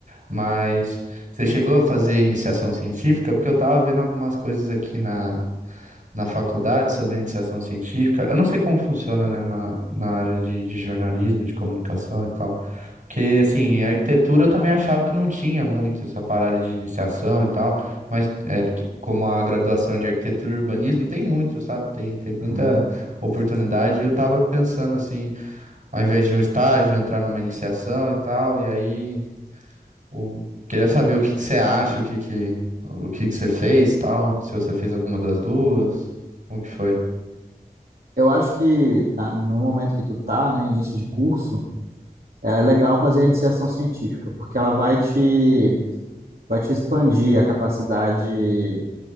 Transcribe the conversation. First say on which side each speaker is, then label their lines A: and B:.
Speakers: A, on the right (about 55°); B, on the right (about 70°).
A: Mas você chegou a fazer iniciação científica? Porque eu tava vendo algumas coisas aqui na, na faculdade sobre iniciação científica. Eu não sei como funciona, né, na, na área de, de jornalismo, de comunicação e tal. Porque, assim, em arquitetura eu também achava que não tinha muito essa parada de iniciação e tal, mas é, porque como a graduação de arquitetura e urbanismo tem muito, sabe? Tem, tem muita
B: Uhum.
A: oportunidade, e eu tava pensando assim, ao invés de um estágio, entrar numa iniciação e tal, e aí o- queria saber o que que você acha, o que que o que que você fez, e tal, se você fez alguma das duas, como que foi?
B: Eu acho que tá, no momento que tu tá, né, início de curso, é legal fazer a iniciação científica, porque ela vai te, vai te expandir a capacidade